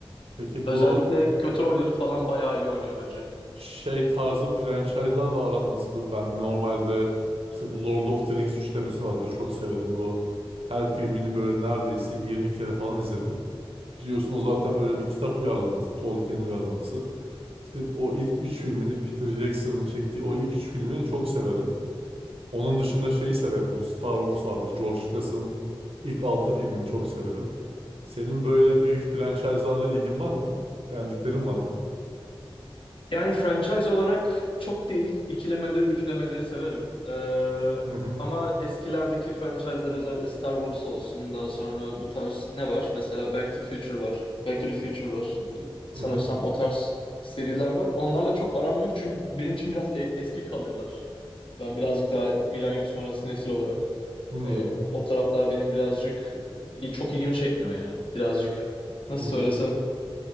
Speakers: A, on the right; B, on the left.
A: Peki
B: Özellikle
A: bu
B: kötü rolleri falan bayağı iyi oynuyor bence.
A: şey tarzı franchise'larla aran nasıldır? Ben normalde işte bu Lord of the Rings üçlemesi vardır. Çok severim bu. Her filmini böyle neredeyse 20 kere falan izledim. Biliyorsun o zaten böyle bir kitap uyarlaması. Tolkien uyarlaması. İşte o ilk üç filmini Peter Jackson'ın çektiği o ilk üç filmi çok severim. Onun dışında şeyi severim. Bu Star Wars vardır. George Lucas'ın ilk altı filmini çok severim. Senin böyle büyük franchise'larla ilgin var mı? Beğendiklerin var mı?
B: Yani franchise olarak çok değil. İkilemeleri, üçlemeleri severim. Ee,
A: Hı hı.
B: ama eskilerdeki franchise'lar özellikle Star Wars olsun. Daha sonra bu tarz ne var? Mesela Back to Future var. Back to the Future var. Sanırsam
A: Hı hı.
B: o tarz seriler var. Onlarla çok aram yok çünkü benim için biraz e- eski kalıyorlar. Ben birazcık daha milenyum sonrası nesil olarak.
A: Hı.
B: E, o taraflar benim birazcık e, çok ilgimi çekmiyor yani. Birazcık nasıl
A: Hı,
B: söylesem